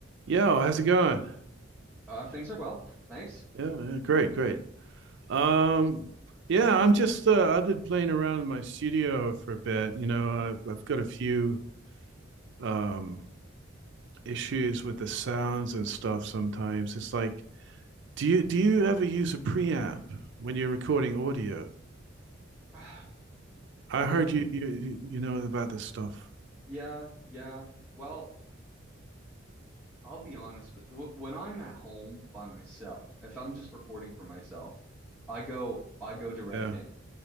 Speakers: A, on the right; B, in the centre.
A: Yo, how's it going?
B: Uh, things are well, thanks.
A: Yeah, yeah, great, great. Um, yeah, I'm just uh, I've been playing around in my studio for a bit. You know, I, I've got a few um issues with the sounds and stuff sometimes. It's like, do you do you ever use a preamp when you're recording audio?
B: <sighs>
A: I
B: Like,
A: heard you you you you know about this stuff.
B: yeah, yeah. Well, I'll be honest with w when I'm at home by myself, if I'm just recording for myself, I go I go direct
A: Yeah.
B: in.